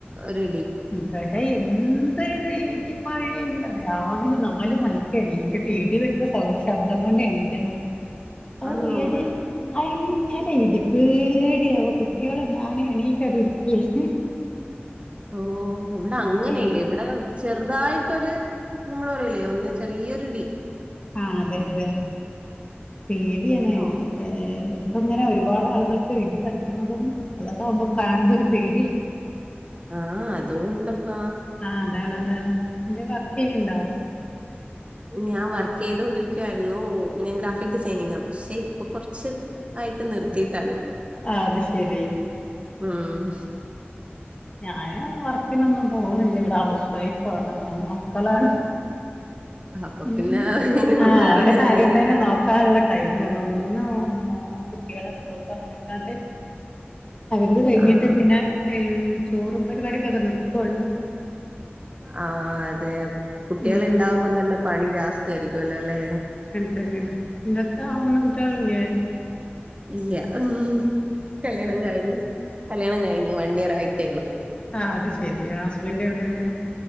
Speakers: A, on the right; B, on the left.
A: ഒര്ടി.
B: വട എന്തര് ഇടി മഴന്നറിയോ രാവിലെ നാല് മണിക്ക്ണീറ്റിട്ട് ഇടി വെട്ട്ണ സ അഹ് ശബ്ദം കൊണ്ടണീറ്റത അഹ്
A: ആണോ
B: എണീ ഭയങ്കര ഇടി പേടിയാവ കുട്ട്യേള് ഞാന് എണീറ്റടി ഇരിക്ക
A: ഓഹ് ഇവടെ അങ്ങനെല്ല
B: പേടി
A: ഇവടെ ചെർതായിട്ടൊര് നമ്മൾ പറയില്ലേ ഒന്ന് ചെറിയൊരു ഡി.
B: ആഹ് അതെ അതെ പേടിയാണ്
A: അങ്ങനെയോ
B: ഏഹ് പ്പൊങ്ങനെ ഒരുപാട് ആളുകൾക്ക് ഇടി തട്ടുന്നതും അതൊക്കെ ആകുമ്പോ കാണുമ്പോ ഒരു പേട്യാ.
A: ആഹ് അതും ണ്ടപ്പാ.
B: ആഹ് അതാണതാണ് എന്ത് വർക്ക് യ്യ്ണ്ടോ?
A: ഞാൻ വർക്ക് യ്തൊണ്ടിരിക്കുവായിരുന്നു ഞാൻ ഗ്രാഫിക് ഡിസൈനിങ പക്ഷെ ഇപ്പൊ കൊർച്ച് ആയിട്ട് നിർത്തിയിട്ട ള്ളത്
B: ആ അത് ശരി
A: ഉം
B: ഞാന് വർക്ക്നൊന്നും പോണില്ല വടെ ഹൗസ് വൈഫ് ആണ് മൂന്ന് മക്കളാണ്.
A: അപ്പൊ
B: ഹും
A: പിന്നെ
B: മ് ആഹ്
A: വേറൊന്നിനും
B: ഓര കാര്യം
A: നേരം
B: തന്നെ
A: ഉണ്ടാവില്ല
B: നോക്കാള്ള ടൈമൊള്ളു മൂന്ന് മൊ കുട്ട്യേളെ സ്കൂൾ പർഞ്ഞേക്കാണ്ട്. അവര്തേ കഴിഞ്ഞിട്ട്
A: ആ
B: പിന്നെ ചോറും പരിപാടിക്കൊക്കെ ന്ക്കോള്ളൂ.
A: ആ അതെ കുട്ട്യേൾ
B: ഉം.
A: ണ്ടാവുമ്പോ തന്നെ പണി ജാസ്തിയരിക്കുംല്ലല്ലേ?
B: തന്നെണ് ങ്ങക്ക അങ്ങനെ കുട്ട്യേളില്ലേ?
A: ഇല്ല ഉം കല്യാണം കഴിഞ്ഞു കല്യാണം കഴിഞ്ഞു വൺ ഇയർ ആയിട്ടേ ഉള്ളു.
B: ആഹ് അത് ശെരി ഹസ്ബന്റ് എവിടെണ്?